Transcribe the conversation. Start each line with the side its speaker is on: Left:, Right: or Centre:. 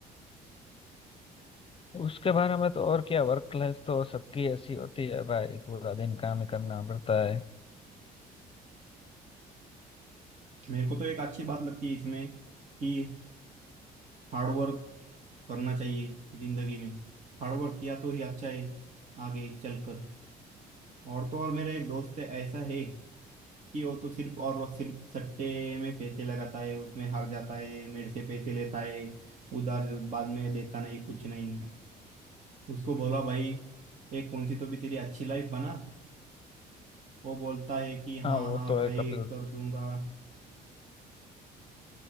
Left: उसके बारे में तो और क्या वर्क लाइफ तो सबकी ऐसी होती है भाई पूरा दिन काम ही करना पड़ता है
Right: मेरे को तो एक अच्छी बात लगती है इसमें कि हार्ड वर्क करना चाहिए जिंदगी में हार्ड वर्क किया तो ही अच्छा है आगे चलकर और तो और मेरा एक दोस्त है, ऐसा है कि वो तो सिर्फ और वो सिर्फ सट्टे में पैसे लगाता है उसमें हार जाता है मेरे से पैसे लेता है उधार बाद में देता नहीं कुछ नहीं उसको बोला भाई एक कौन सी तो भी तेरी अच्छी लाइफ बना वो बोलता है कि हाँ
Left: हाँ वो
Right: हाँ
Left: तो
Right: भाई
Left: है कभी
Right: कर दूंगा